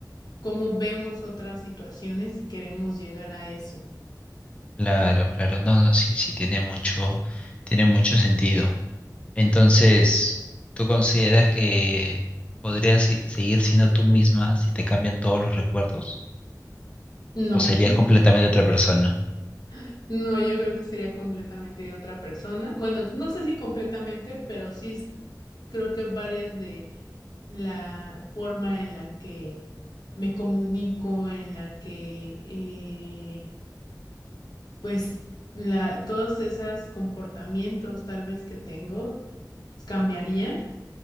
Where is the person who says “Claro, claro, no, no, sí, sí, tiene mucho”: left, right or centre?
Left